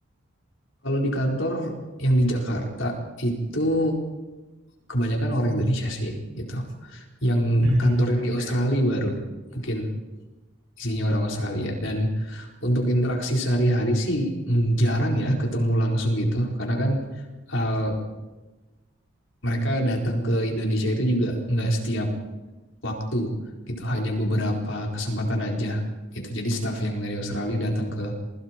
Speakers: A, on the left (about 70°); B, on the right (about 80°).
A: Kalau di kantor yang di Jakarta itu kebanyakan orang Indonesia sih gitu. Yang
B: Hmm,
A: kantor
B: oke.
A: yang di Australia
B: Okay.
A: baru mungkin isinya orang Australia dan untuk interaksi sehari-hari sih mm, jarang ya ketemu langsung gitu karena kan uh, mereka datang ke Indonesia itu juga nggak setiap waktu gitu hanya beberapa kesempatan aja gitu jadi staff yang dari Australia datang ke,